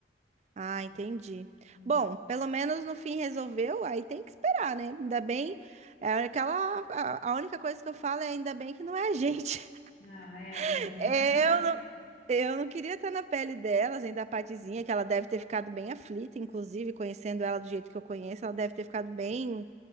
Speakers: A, on the right (about 40°); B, on the left (about 65°).
A: Ah, entendi.
B: Uhum.
A: Bom, pelo menos no fim resolveu, aí tem que esperar, né? Ainda bem, é aquela, a, a única coisa que eu falo é ainda bem que não é a gente.
B: Não, é, ainda
A: <laughs>
B: bem
A: Eu
B: que não é gente.
A: não, eu não queria estar na pele delas, ainda a Patizinha, que ela deve ter ficado bem aflita, inclusive, conhecendo ela do jeito que eu conheço, ela deve ter ficado bem,